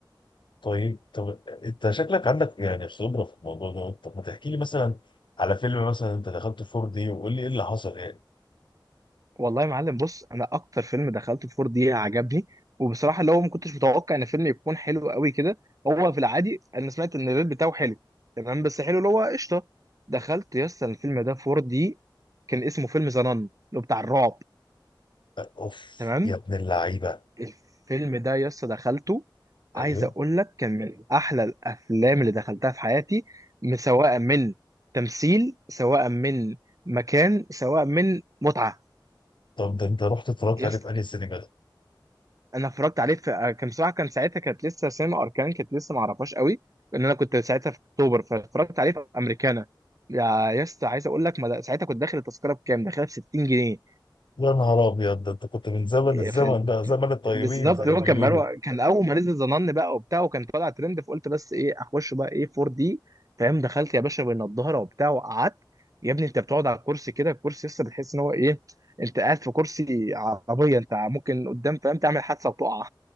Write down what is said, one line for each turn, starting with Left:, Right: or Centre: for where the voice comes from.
Left: طيب طب انت شكلك عندك يعني خبره في الموضوع ده طب ما تحكي لي مثلا على فيلم مثلا انت دخلته 4 دي وقول لي ايه اللي حصل يعني
Right: والله يا معلم بص انا اكتر فيلم دخلته في 4 دي عجبني وبصراحه اللي هو ما كنتش متوقع ان الفيلم يكون حلو قوي كده هو في العادي انا سمعت ان الريت بتاعه حلو تمام بس حلو اللي هو قشطه دخلت يس الفيلم ده في 4 دي كان اسمه فيلم زنان اللي هو بتاع الرعب
Left: اوف
Right: تمام
Left: يا ابن اللعيبه
Right: الفيلم ده يس دخلته
Left: ايوه
Right: عايز اقول لك كان من احلى الافلام اللي دخلتها في حياتي م- سواء من تمثيل سواء من مكان سواء من متعه
Left: طب ده انت رحت اتفرجت
Right: يس
Left: عليه في انهي سينما ده
Right: انا اتفرجت عليه في كان بصراحه كان ساعتها كانت لسه سينما اركان كانت لسه ما اعرفهاش قوي لان انا كنت ساعتها في اكتوبر فاتفرجت عليه في امريكانا يا يا اسطى عايز اقول لك ما ده- ساعتها كنت داخل التذكره بكام داخلها ب 60 جنيه
Left: يا نهار ابيض ده انت كنت من زمن
Right: إيه،
Left: الزمن
Right: ف
Left: ده زمن الطيبين
Right: بالظبط
Left: زي
Right: هو
Left: ما بيقولوا
Right: كان بقى كان اول ما نزل ظنن بقى وبتاع وكان طالع ترند فقلت بس ايه اخش بقى ايه 4 دي فاهم دخلت يا باشا بين الظهر وبتاع وقعدت يا ابني انت بتقعد على الكرسي كده الكرسي لسه بتحس ان هو ايه انت قاعد في كرسي عربيه انت ممكن قدام فاهم تعمل حادثه وتقع